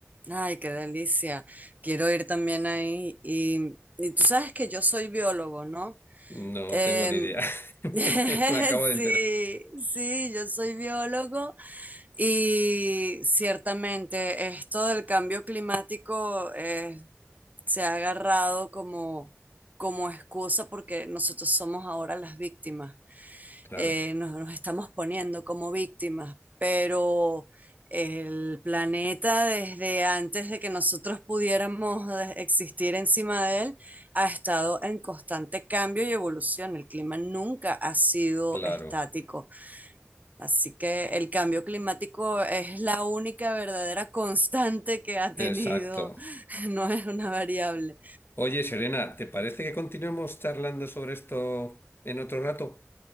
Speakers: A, on the right (about 35°); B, on the left (about 50°).
A: Ay, qué delicia. Quiero ir también ahí. Y, y tú sabes que yo soy biólogo, ¿no?
B: No
A: Em,
B: tengo ni idea. <laughs>
A: <laughs>
B: Me acabo
A: Sí,
B: de enterar.
A: sí, yo soy biólogo y ciertamente esto del cambio climático eh, se ha agarrado como, como excusa porque nosotros somos ahora las víctimas
B: Claro,
A: eh, nos, nos estamos poniendo como víctimas, pero el planeta desde antes de que nosotros pudiéramos de- existir encima de él ha estado en constante cambio y evolución. El clima nunca ha sido
B: claro,
A: estático. Así que el cambio climático es la única verdadera constante que ha tenido,
B: exacto.
A: <laughs> no es una variable.
B: Oye, Serena, ¿te parece que continuemos charlando sobre esto en otro rato?